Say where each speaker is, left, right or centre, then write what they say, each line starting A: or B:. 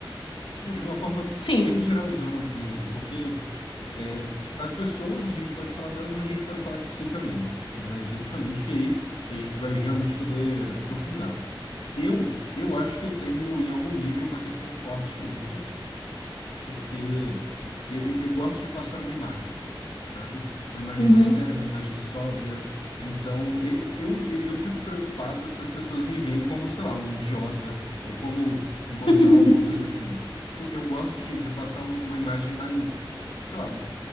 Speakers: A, on the left; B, on the left.
A: Tipo, de uma forma
B: Sim.
A: bem geralzona mesmo, porque é, tipo, as pessoas, a gente pode falar delas, mas a gente pode falar de si também, é, mais especificamente, porque aí a gente vai realmente poder aprofundar. Eu, eu acho que eu tenho, em algum nível, uma questão forte com isso, porque eu, eu eu gosto de passar uma imagem, sabe? Uma imagem
B: Uhum.
A: mais séria, uma imagem sóbria. Então, e- eu, eu, eu fico preocupado se as pessoas me veem como, sei lá, um idiota ou como um boçal,
B: <laughs>
A: uma coisa assim. Tipo, eu gosto de, de passar um- uma imagem mais, sei lá,